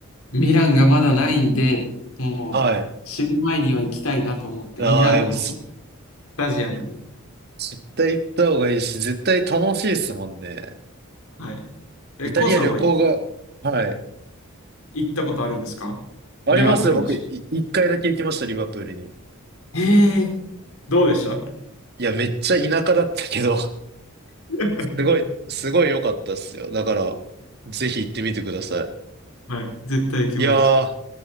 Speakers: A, on the left (about 80°); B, on the right (about 50°).
A: ミランがまだないんで、もう死ぬ前には行きたいなと思って、
B: はい。ああ、
A: ミランのそス
B: やっぱす
A: タジアムに。
B: いや絶対行った方がいいし、絶対楽しいですもんね。
A: はいえ、
B: イタリア旅行が、
A: コウさんは行
B: はい。
A: ったことあるんですかリバプールのし。
B: ありますよ。僕、い一回だけ行きました、リバプールに。
A: ええどうでした
B: いや、めっちゃ田舎だったけど、<laughs>
A: <laughs>
B: すごい、すごい良かったっすよ。だから、ぜひ行ってみてくださ
A: はい。絶対行きます。
B: い。いやー、